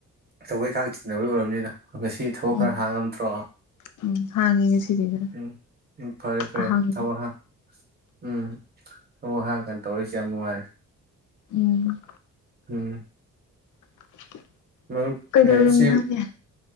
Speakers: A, on the right (about 30°); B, on the left (about 65°).
A: ꯊꯕꯛ ꯏꯈꯥꯡ ꯆꯤꯟꯅꯕꯩ ꯑꯣꯏꯔꯝꯅꯤꯗ ꯉꯁꯤ ꯊꯕꯛ
B: ꯎꯝ
A: ꯈꯔ ꯍꯥꯡꯉꯝꯗ꯭ꯔꯣ
B: ꯎꯝ ꯍꯥꯡꯉꯦ ꯉꯁꯤꯗꯤ ꯈꯔ
A: ꯎꯝ ꯎꯝ ꯐꯔꯦ ꯐꯔꯦ
B: ꯑꯍꯥꯡꯕ
A: ꯊꯕꯛ ꯍꯥꯡ ꯎꯝ ꯊꯕꯛ ꯍꯥꯡꯀꯥꯟ ꯇꯧꯔꯛꯢꯁꯦ ꯌꯥꯝ ꯅꯨꯡꯉꯥꯏꯔꯦ <unintelligible>
B: ꯎꯝ
A: ꯎꯝ
B: <unintelligible>
A: ꯃꯔꯨꯞ
B: ꯀꯩꯗꯧꯔꯝꯃꯤꯅꯣꯅꯦ
A: ꯑꯦ ꯁꯤ